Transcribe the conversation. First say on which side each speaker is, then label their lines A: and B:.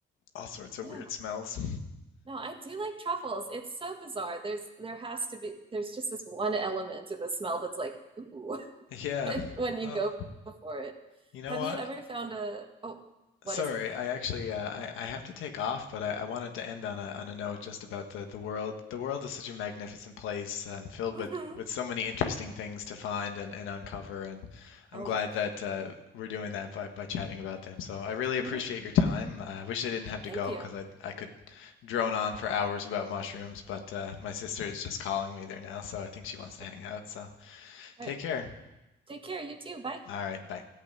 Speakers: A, on the left (about 85°); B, on the right (about 25°).
A: all sorts of
B: yeah.
A: weird smells.
B: No, I do like truffles. It's so bizarre. There's there has to be there's just this one element in the smell that's like, ooh,
A: Yeah.
B: <laughs> when you
A: Well,
B: go for it.
A: you know
B: Have
A: what?
B: you ever found a oh, what
A: Sorry,
B: is it?
A: I actually uh, I, I have to take off, but I, I wanted to end on a on a note just about the, the world. The world is such a magnificent place, um, filled
B: <laughs>
A: with, with so many interesting things to find and, and uncover, and I'm
B: Oh
A: glad
B: yeah.
A: that uh, we're doing that by, by chatting about them. So I really appreciate
B: hmm
A: your time. I wish I didn't have to
B: Thank
A: go
B: you.
A: because I I could drone on for hours about mushrooms, but uh, my sister is just calling me there now, so I think she wants to
B: Okay.
A: hang out. So
B: All
A: take
B: right.
A: care.
B: Take care, you too. Bye.
A: All right, bye.